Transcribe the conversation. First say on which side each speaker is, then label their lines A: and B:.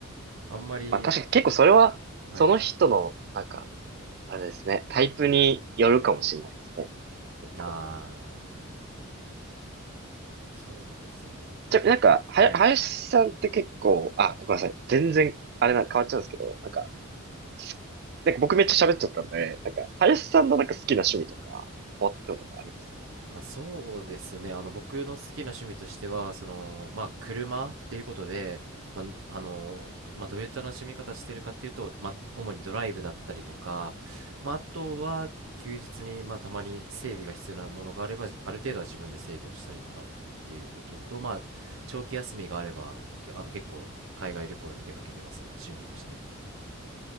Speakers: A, on the right; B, on the right.
A: あんまり、
B: まあ確かに結構それは、
A: はい。
B: その人の、なんか、あれですね、タイプによるかもしれないですね。結構。
A: ああ、はい。そうですね。え、
B: じゃ、
A: 僕、
B: なんか、はや、
A: はい。
B: 林さんって結構、あ、ごめんなさい。全然、あれな、変わっちゃうんですけど、なんか、すなんか僕めっちゃ喋っちゃったんで、なんか、林さんのなんか好きな趣味とか、変わったのとかあります
A: あ、そうですね。あの、僕の好きな趣味としては、その、まあ、車っていうことで、まあ、あの、まあ、どういった楽しみ方してるかっていうと、まあ、主にドライブだったりとか、まあ、あとは、休日に、まあ、たまに整備が必要なものがあれば、ある程度は自分で整備をしたりとかっていうことと、まあ、長期休みがあれば、あの、結構、海外旅行に出かけてますね、趣味として。